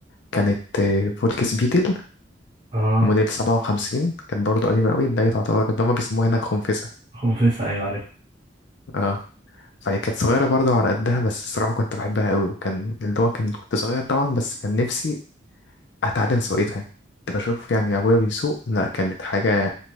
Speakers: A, on the left (about 65°); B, on the right (about 30°).
A: كانت آه، فولكس بيتل
B: اه
A: موديل 57 كانت برضه قديمة قوي اللي هي تعتبر اللي هما بيسموها هنا خنفسة
B: خنفسه ايوه عارف
A: اه فهي كانت صغيرة برضه على قدها بس الصراحة كنت بحبها قوي وكان اللي هو كان كنت صغير طبعا بس كان نفسي اتعلم سواقتها كنت بشوف يعني ابويا بيسوق لا كانت حاجة